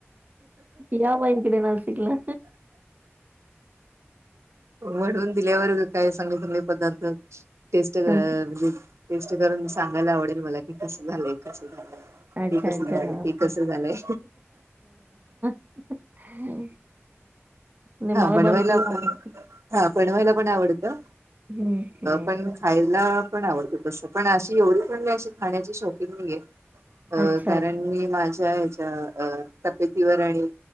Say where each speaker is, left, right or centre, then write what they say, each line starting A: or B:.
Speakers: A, on the right; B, on the right.
A: या मग इकडे नासिकला.
B: बनवून दिल्यावर ग काय सांगु तुम्ही पदार्थ टेस्ट म्हणजे
A: हं.
B: टेस्ट करून सांगायला आवडेल मला ते कस झालंय कस झालंय
A: अच्छा,
B: ते कस
A: अच्छा.
B: झालं
A: हां,
B: ते कस झालंय
A: ह नी
B: हा
A: मला
B: बनवायला
A: बनव्हायला
B: पण
A: आवडतं.
B: हा बनवायला पण आवडतं
A: हं, हं.
B: पण खायला पण आवडत तस पण अशी एवढी पण मी अशी खाण्याची शौकीन नाही आहे.
A: अच्छा,
B: अ कारण
A: अच्छा.
B: मी माझ्या हच्या तब्येतीवर आणि